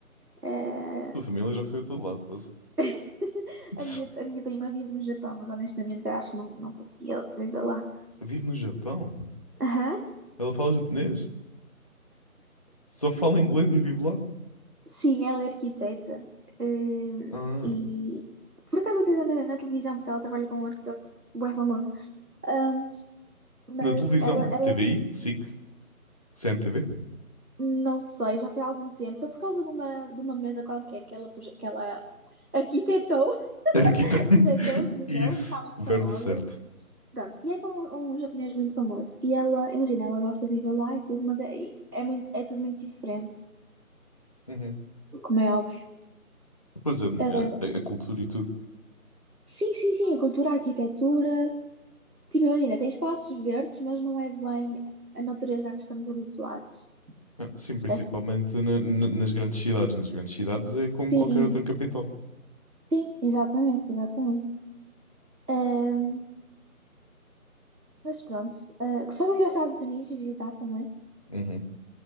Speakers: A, on the right; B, on the left.
A: Eh,
B: Tua família já foi ao teu lado, passa.
A: <laughs>
B: <laughs>
A: A minha, a minha prima vive no Japão, mas honestamente eu acho que não, não conseguia viver lá.
B: Vive no Japão?
A: Aham.
B: Ela fala japonês? Só fala inglês e vive lá?
A: Sim, ela é arquiteta. hum,
B: Ah,
A: e por acaso até dá na, na televisão, porque ela trabalha com um arquiteto bem famoso. Hum, mas
B: na televisão?
A: ela, ela,
B: TVI? SIC? CMTV?
A: não sei, já foi há algum tempo. Foi por causa de uma, de uma mesa qualquer que ela, proje- que ela arquitetou, <laughs>
B: Arquitan. <laughs>
A: projetou, desenhou,
B: Isso,
A: que está muito
B: o
A: famosa.
B: verbo certo.
A: Pronto, e é com um um japonês muito famoso. E ela, imagina, ela gosta de ir lá e tudo, mas é, é, muito, é tudo muito diferente,
B: Uhum.
A: como é óbvio.
B: Pois é, a,
A: Hum,
B: a cultura e tudo.
A: Sim, sim, sim, a cultura, a arquitetura. Tipo, imagina, tem espaços verdes, mas não é bem a natureza a que estamos habituados.
B: Ah, Sim,
A: Percebes?
B: principalmente na- na- nas grandes cidades. Nas grandes cidades é como
A: Sim,
B: qualquer outra capital.
A: sim, exatamente, exatamente. Ahm, mas pronto, ah, gostava de ir aos Estados Unidos visitar também.
B: Uhum.